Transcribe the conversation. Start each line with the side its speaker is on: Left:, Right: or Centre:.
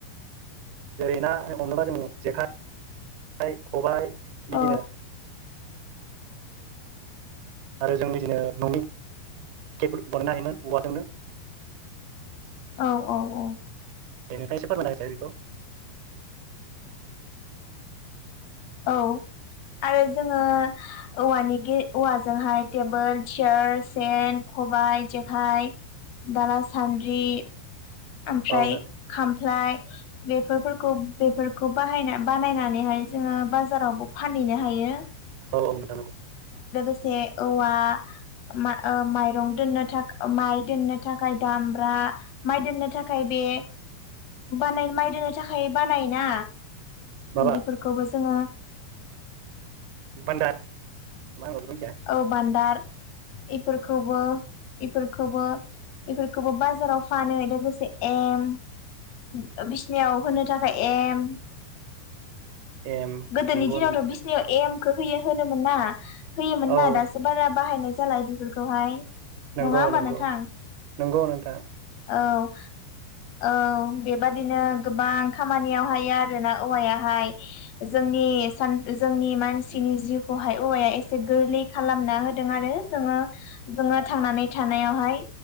Right: जेरै ना हमोबा जों जेखाइ खबाय
Left: औ
Right: बिदिया <unintelligible> आरो जों बिदिनो न'नि टेबोल बानायनो हायोमोन औवाजोंनो <unintelligible>
Left: औ औ औ
Right: बेनिफ्रायससे फोरमायनो हसै बेखौ <unintelligible>
Left: औ आरो जोङो औवानि गे औवाजोंहाय टेबोल चियार सेेन खबाय जेखाय दाला सान्द्रि ओफ्राय
Right: औ औ
Left: खाम फ्लाय बेफोर फोरखौ बेफोरखौ बाहायना बानायनानैहाय जोङो बाजारावबो फानै हैनो हायो
Right: औ नोंथां नोंगौ
Left: जे औवा मा ओ माइरं दोननो थाख अ माइ दोननो थाखाय दामब्रा माइ दोननो थाखाय बे बानाय माइ दोननो थाखाय बानायो ना
Right: माबा
Left: बेफोरखौबो जोङो
Right: बान्दार मा होनो बेखौ मिथिया
Left: औ बान्दार इफोरखौबो इफोरखौबो इफोरखौबो बाजाराव फानो लोगोसे एम उम ओ बिसनायाव होनो थाखाय एम
Right: एम
Left: गोदोनि
Right: नंगौ
Left: दिनावथ'
Right: नंगौ
Left: बिसिनियाव एमखो होयो होनोमोन ना होयोमोन ना
Right: औ
Left: दासो बारा बाहायनाय जाला बेफोरखौहाय
Right: नंगौ
Left: नङा होमबा
Right: नंगौ
Left: नोंथां
Right: नंगौ नोंथां
Left: औ औ बेबादिनो गोबां खामानियाव हायो आरो ना औवायाहाय जोंनि नि सान जोंनि मानसिनि जिउखौहाय औवाया एस से गोरलै खालामना होदों आरो जोङो जोङो थांनानै थानायावहाय